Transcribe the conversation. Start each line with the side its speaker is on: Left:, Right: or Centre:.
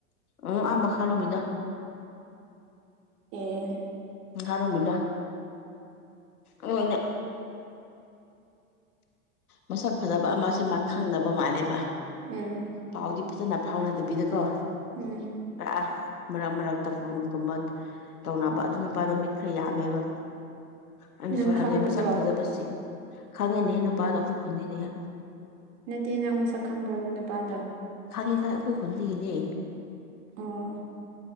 Left: ꯑ ꯑꯥ ꯃꯈꯥ ꯔꯣꯝꯒꯤꯗꯣ
Right: ꯑꯦ
Left: ꯃꯈꯥꯔꯣꯝꯒꯤꯗꯣ ꯑꯥ ꯏꯅ ꯃꯁꯛ ꯐꯖꯕ ꯑꯃꯁꯤ ꯃꯥ ꯈꯪꯅꯕ ꯃꯥꯜꯂꯦꯕ
Right: ꯎꯝ
Left: ꯄꯥꯎꯗꯤ ꯐꯖꯅ ꯐꯥꯎꯅꯗꯕꯤꯗꯀꯣ
Right: ꯎꯝ
Left: ꯑꯑꯥ ꯃꯔꯛ ꯃꯔꯛꯇ ꯐꯣꯟꯒꯨꯝꯕ__ ꯇꯧꯅꯕ ꯑꯗꯨ ꯅꯨꯄꯥꯗꯣ ꯃꯤꯠ ꯈꯔ ꯌꯥꯝꯃꯦꯕ ꯑꯩꯅꯁꯨ
Right: ꯅꯪ ꯈꯪꯕ꯭ꯔꯣ
Left: ꯍꯥꯏꯕꯅꯦ ꯃꯁꯛ ꯐꯖꯕꯁꯤ ꯈꯪꯉꯤꯅꯦꯍꯦ ꯅꯨꯄꯥꯗꯣ ꯑꯩꯈꯣꯏ ꯈꯨꯟꯅꯤꯅꯦꯍꯦ
Right: ꯅꯠꯇꯦ ꯅꯪ ꯃꯁꯛ ꯈꯪꯕ꯭ꯔꯕ ꯅꯨꯄꯥꯗꯣ
Left: ꯈꯪꯉꯦ ꯈꯪꯉꯦ ꯑꯩꯈꯣꯏ ꯈꯨꯟꯗꯒꯤꯅꯦ
Right: ꯑꯣ